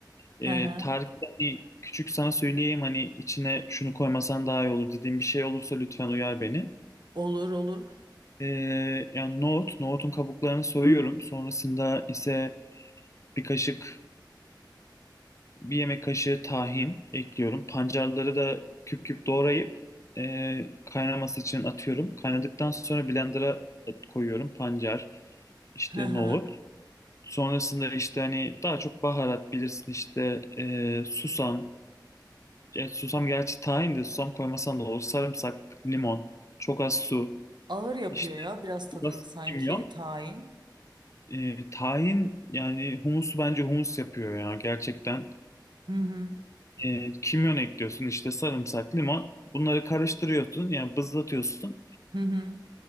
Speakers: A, on the left; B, on the right.
A: Ee,
B: Hı hı.
A: tarifi de hani küçük sana söyleyeyim hani içine şunu koymasan daha iyi olur dediğim bir şey olursa lütfen uyar beni.
B: Olur olur.
A: Ee, yani nohut, nohutun kabuklarını soyuyorum. Sonrasında ise bir kaşık, bir yemek kaşığı tahin ekliyorum. Pancarları da küp küp doğrayıp e, kaynaması için atıyorum. Kaynadıktan sonra blender'a at- koyuyorum pancar, işte
B: Hı hı.
A: nohut. Sonrasında işte hani daha çok baharat bilirsin işte e, susam. E, susam gerçi tahin de susam koymasan da olur. Sarımsak, limon, çok az su,
B: Ağır yapıyor
A: işte
B: ya biraz tadın
A: biraz
B: sanki
A: kimyon.
B: tayin.
A: E, tahin yani humusu bence humus yapıyor ya gerçekten.
B: Hı hı.
A: E, kimyon ekliyorsun işte sarımsak, limon. Bunları karıştırıyorsun yani bızlatıyorsun.
B: Hı hı.